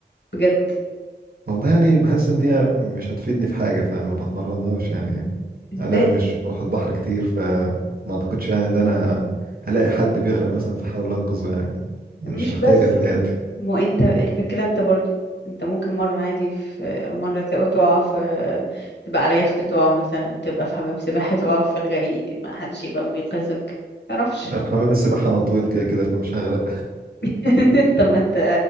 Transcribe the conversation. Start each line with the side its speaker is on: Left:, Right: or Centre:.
Left: بجد
Right: والله يعني
Left: يعني
Right: بحس ان هي مش هتفيدني في حاجة فما بتمرنهاش يعني
Left: ازاي
Right: انا مش بروح البحر كتير فما اعتقدش يعني ان انا هلاقي حد بيغرق مثلا فحاول انقذه يعني مش
Left: مش
Right: هحتاجها
Left: بس
Right: في
Left: كده
Right: حياتي
Left: ما هو انت الفكرة انت برضو انت ممكن مرة عادي في مرة تق- تقع في تبقى على يخت تقع مثلا تبقى في حمام سباحة تقع في الغريق ما حدش يبقى بينقذك متعرفش
Right: لا في حمام السباحة انا طويل كده كده فمش هغرق
Left: <laughs> طب ما انت